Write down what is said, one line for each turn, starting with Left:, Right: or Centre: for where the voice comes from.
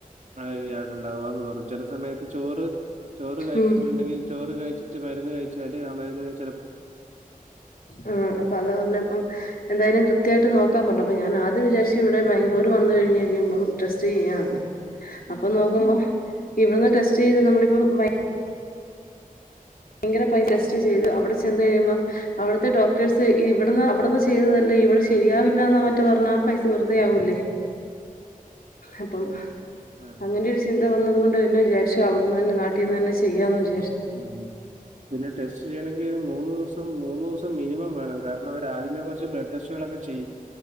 Right: ആ അവിണ്ടാവുകാന്ന് പറഞ്ഞു ചില സമയത്ത് ചോറ്- ചോറ് കഴിച്ചിട്ടുണ്ടെങ്കിൽ
Left: ഉം
Right: ചോറ് കഴിച്ചിട്ട് മരുന്ന് കഴിച്ചാല് ആ മരുന്ന്-
Left: ആ അപ്പൊ അതാ പറഞ്ഞപ്പം എന്തായാലും കൃത്യായിട്ട് നോക്കാൻ പറഞ്ഞു അപ്പൊ ഞാൻ ആദ്യം വിചാരിച്ച്- ഇവിടെ ബാംഗ്ലൂർ വന്ന കഴിഞ്ഞ് കഴിയുമ്പം ടെസ്റ്റ് ചെയ്യാന്ന്
Right: ഉം.
Left: അപ്പൊ നോക്കുമ്പോ- ഇവിടന്ന് ടെസ്റ്റ് ചെയ്ത് നമ്മളിപ്പം വൈ ഭയങ്കര പൈസ ടെസ്റ്റ് ചെയ്തു അവിടെ ചെന്ന് കഴിയുമ്പം അവിടത്തെ ഡോക്ടേഴ്സ് ഇവിടുന്ന് അവിടുന്ന് ചെയ്തല്ലേ ഇവിടെ ശരിയാവില്ല എന്നോ മറ്റോ പറഞ്ഞാ ആ പൈസ വെറുതയാവൂല്ലേ അപ്പം
Right: ആഹ്
Left: അങ്ങനെയൊരു ചിന്ത വന്നത് കൊണ്ട് പിന്നെ വിചാരിച്ചു അവിടുന്ന് തന്നെ നാട്ടിൽ നിന്ന് തന്നെ ചെയ്യാന്ന് വിചാ
Right: ഉം പിന്നെ ടെസ്റ്റ് ചെയ്യണമെങ്കിൽ ഒരു മൂന്ന് ദിവസം മൂന്ന് ദിവസം മിനിമം വേണം കാരണം അവരാ ആദ്യമേ കുറച്ച് ബ്ലഡ് ടെസ്റ്റുകളൊക്കെ ചെയ്യും